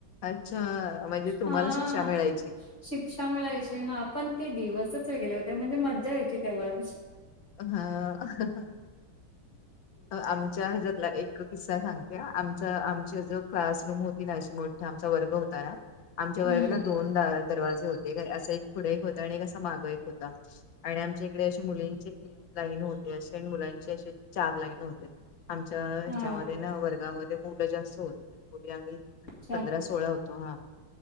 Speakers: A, on the left (about 70°); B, on the left (about 35°).
A: अच्छा म्हणजे तुम्हाला
B: हा
A: शिक्षा मिळायची
B: शिक्षा मिळायची हा पण ते दिवसच वेगळे होते म्हणजे मज्जा यायची तेव्हाच
A: हा अ हा हा अ आम च्या हेज्यातला एक किस्सा सांगते हा आमच्या आमचे जो क्लासरूम होती ना नाशगोळ आमचा वर्ग होता ना आमच्या वर्गाला
B: हम्म
A: दोन सा दरवाजे होते काय असा एक पुढे एक होता आणि एक असा मागे एक होता आणि आमच्या इकडे अशे मुलींची तीन लाईन होते अशे आणि मुलांचे असे चार लाईन होते आमच्या ह्याच्यामध्ये
B: हा
A: ना वर्गामध्ये मुलं जास्त होती तर मुली आम्ही
B: छान
A: पंधरा सोळा होतो हा